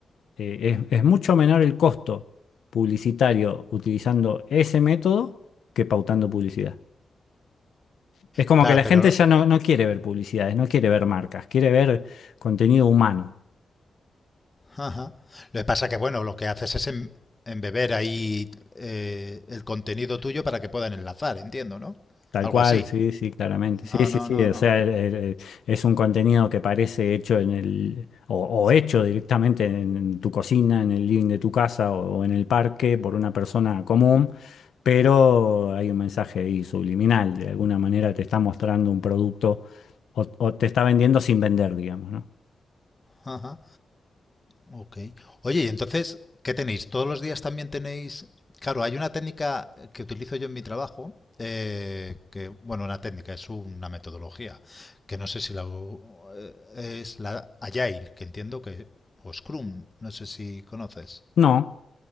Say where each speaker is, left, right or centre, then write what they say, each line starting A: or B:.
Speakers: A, on the left (about 80°); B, on the left (about 20°).
A: eh, es, es mucho menor el costo publicitario utilizando ese método que pautando publicidad. Es como
B: Claro,
A: que la
B: pero...
A: gente
B: lo-
A: ya no, no quiere ver publicidades, no quiere ver marcas, quiere ver contenido humano.
B: ajá. Lo que pasa que, bueno, lo que haces es em- embeber ahí eh, el contenido tuyo para que puedan enlazar, entiendo, ¿no?
A: Tal
B: Algo
A: cual,
B: así.
A: sí, sí, claramente. Sí,
B: No,
A: sí,
B: no,
A: sí,
B: no,
A: o
B: no.
A: sea, el- el- el- es un contenido que parece hecho en el, o, o hecho directamente en, en tu cocina, en el living de tu casa o, o en el parque por una persona común, pero hay un mensaje ahí subliminal, de alguna manera te está mostrando un producto o, o te está vendiendo sin vender, digamos, ¿no?
B: Ajá. Ok. Oye, y entonces, ¿qué tenéis? ¿Todos los días también tenéis... Claro, hay una técnica que utilizo yo en mi trabajo, eh, que, bueno, una técnica, es una metodología, que no sé si la... u- eh, Es la Agile, que entiendo que... O Scrum, no sé si conoces.
A: No,